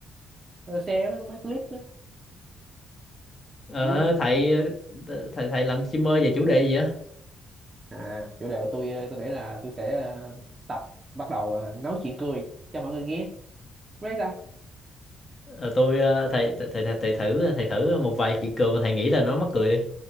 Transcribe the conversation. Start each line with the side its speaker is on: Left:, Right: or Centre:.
Right: ờ, share mấy, mấy clip đó
Left: Ờ,
Right: ừ.
Left: thầy thầy thầy làm streamer về chủ đề gì á?
Right: à chủ đề của tôi ờ, tôi nghĩ là tôi sẽ ờ, tập bắt đầu ờ, nói chuyện cười cho mọi người nghe Cô thấy sao
Left: Ờ, tôi ờ, thầy, thầy thầy thầy thử thầy thử một vài chuyện cười mà thầy nghĩ là nó mắc cười đi.